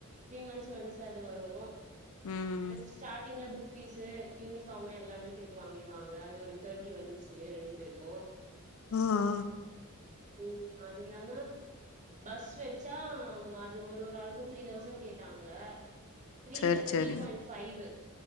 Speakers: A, on the right; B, on the left.
A: த்ரீ மன்த்ஸ் வன்ஸ் அது வரும்
B: ம்
A: ஸ்டாடிங்ல புக் பீஸு யூனிஃபாமு எல்லாமே சேத்து வாங்கிடுவாங்க அது ஒரு தேர்ட்டி வந்துருச்சு ரெண்டு பேருக்கு
B: ஆ ஆ
A: உம் அது இல்லாம பஸ் வெச்சா அது ஒரு ஒரு ஆளுக்கு த்ரீ தௌசண்ட் கேட்டாங்க த்ரீல
B: சேரி
A: இல்ல
B: சேரி
A: த்ரீ பாயிண்ட் ஃபைவு